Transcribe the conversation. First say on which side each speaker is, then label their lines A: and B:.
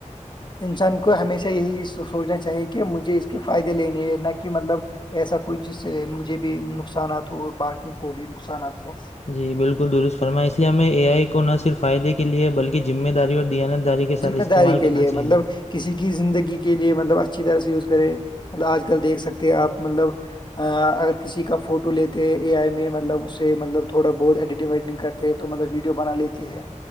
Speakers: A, on the left (about 35°); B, on the left (about 60°).
A: انسان کو ہمیشہ یہی سوچنا چاہیے کہ مجھے اس کے فائدے لینے ہے نہ کہ مطلب ایسا کوئی جس سے مجھے بھی نقصانات ہو اور باقیوں کو بھی نقصانات ہو
B: جی بالکل درست فرما اس لیے ہمیں اے آئی کو نہ صر فائدے کے لیے بلکہ ذمہ داری اور دیانت داری کے ساتھ
A: ذمہ
B: استعمال
A: داری کے
B: کرنا
A: لیے
B: چاہیے
A: مطلب کسی کی زندگی کے لیے مطلب اچھی طرح سے یوز کرے مطلب آج کل دیکھ سکتے ہیں آپ مطلب اگر کسی کا فوٹو لیتے اے آئی میں مطلب اس سے مطلب تھوڑا بہت ایڈیٹنگ ویڈیٹنگ کرتے تو مطلب ویڈیو بنا لیتے ہیں